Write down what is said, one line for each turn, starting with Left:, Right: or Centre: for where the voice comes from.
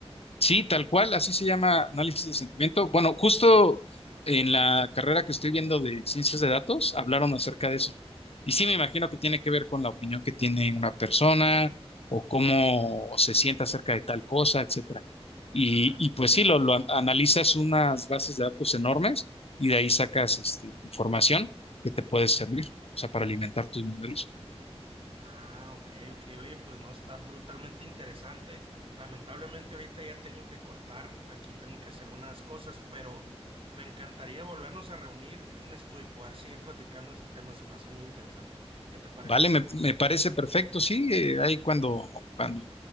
Left: Sí, tal cual, así se llama análisis de sentimiento. Bueno, justo en la carrera que estoy viendo de ciencias de datos, hablaron acerca de eso. Y sí, me imagino que tiene que ver con la opinión que tiene una persona o cómo se siente acerca de tal cosa, etcétera. Y,
Right: Ah,
Left: y pues
Right: ok.
Left: sí, lo, lo an- analizas unas bases de datos enormes y de ahí sacas este, información que te puede servir, o sea, para alimentar tus modelos.
Right: Ah, ok, ok. Oye, pues no, está brutalmente interesante. Lamentablemente ahorita ya tengo que cortar, aquí tengo que hacer unas cosas, pero me encantaría volvernos a reunir, Ernesto, y poder seguir platicando este tema, se me hace muy interesante. ¿Qué te parece?
Left: Vale, me, me parece perfecto, sí, eh, ahí cuando, cuando